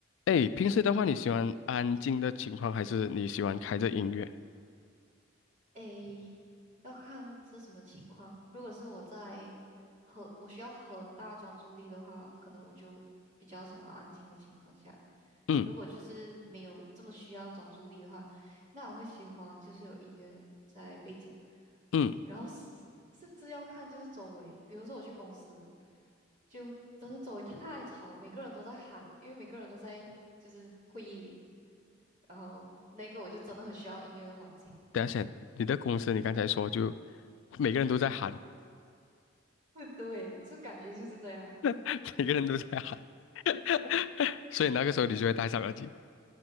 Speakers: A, on the left; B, on the right.
A: 哎，平时的话，你喜欢安静的情况，还是你喜欢开着音乐？
B: 诶，要看是什么情况。如果是我在很，我需要很大专注力的话，可能我就比较想要安静的情况下。
A: 嗯
B: 如果就是没有这么需要专注力的话，那我会喜欢就是有音乐在背景，
A: 嗯，
B: 然后是甚至要看就是周围，比如说我去公司，就真的周围太吵了，每个人都在喊了，因为每个人都在就是会议里，然后那个我就真的很需要音乐的环境。
A: 等一下先，你的公司你刚才说就每个人都在喊，
B: 嗯。对，就感觉就是这样。
A: <laughs> 每个人都在喊，<laughs>
B: <laughs> 对，
A: 所以那个时候你就会戴上耳机。